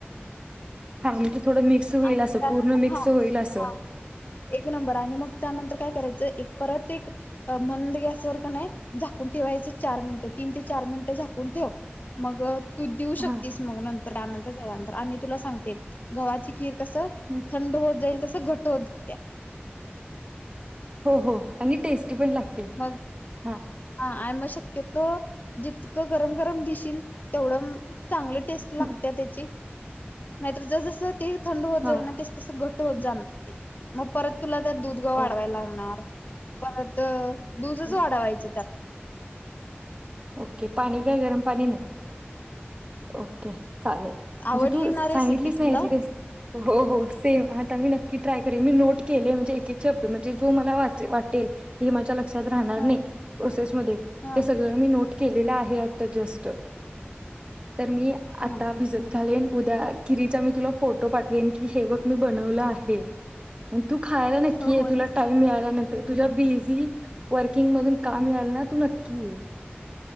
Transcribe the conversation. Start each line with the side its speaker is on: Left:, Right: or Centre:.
Right: हा म्हणजे थोडं मिक्स होईल
Left: आणि
Right: असं
Left: त्यानंतर
Right: पूर्ण मिक्स
Left: हा
Right: होईल अस
Left: हा एक नंबर आणि मग त्यानंतर काय करायचं एक परत एक म गॅसवरर का नाही झाकून ठेवायचं चार मिनिट तीन ते चार मिनिटं झाकून ठेव मग तू देऊ शकतेस
Right: हां
Left: मग नंतर त्यानंतर झाल्यानंतर आणि तुला सांगते गव्हाची खीर कस
Right: हं,
Left: थंड होत जाईल तस घट होत जाते
Right: हो हो आणि टेस्टी पण लागते
Left: ह <inaudible>
Right: हां
Left: हा आणि मग शक्यतो जितकं गरम गरम दिशील तेवढं चांगली टेस्ट लागते
Right: हं,
Left: त्याची नाहीतर ज जस ते थंड होत
Right: हां
Left: जाईल ना ते तस तस हो मग परत तुला त्या दूध ग वाढवाय
Right: ओ
Left: लागणार परत दुधच
Right: हं,
Left: वाढवायचं त
Right: ओके पाणी काय गरम पाणी नाही ओके चालेल
Left: आवडली
Right: म्हणजे तू
Left: ना रेसिपी
Right: सांगितलीस
Left: तुला
Right: ना याची रेस हो हो सेम आता मी नक्की ट्राय करेन मी नोट केले म्हणजे एक एक शब्द म्हणजे जो मला वाटेल हे माझ्या लक्ष लक्षात राहणार
Left: हा
Right: नई प्रोसेस मधे
Left: हा
Right: ते सगळं मी केलेला आहे आता जस्ट तर मी
Left: हा
Right: आता भिजत घालेन उद्या किरीचा मी तुला फोटो पाठवेन की हे बघ मी बनवलं आहे मग तू खायला नक्की
Left: हो
Right: आहे
Left: हो
Right: तुला
Left: नक्की
Right: टाइम मिळालांत तुझ्या बिझी वर्किंग मधून काम याल ना तू नक्की ये